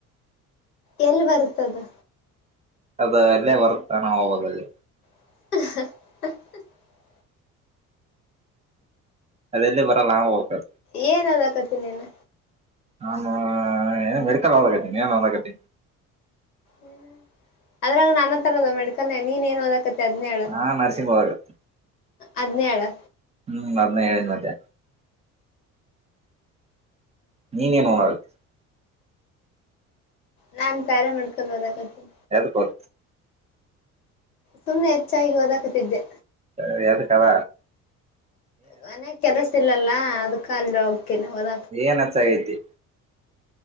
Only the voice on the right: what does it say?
ಅದ ಅಲ್ಲೇ ಬರ್ತಾನಾ ಅವವಾಗಲ್ಲಿ
ಅದೆಲ್ಲಲ್ಲಿ ಬರಲ್ಲಾವು ಹೋಗ್ತದೆ
ನಾನು ಮೆಡಿಕಲ್ ಆಕತಿನಿ ನ್ ಅಂದಕತ
ನಾನ್ ನರ್ಸಿಂಗ್ ಓದಾಕತ್ತೀನಿ
ಹ್ಮ್ ಅದ್ನ ಹೇಳಿದ ಮತ್ತೆ ನೀನ್ೇನುೋ ಆಾಗುತ್ತೆ
ಎದಕೋತ
ಸ ಯದ ಕದ
ಏನ್ ಚಾಗೈತಿ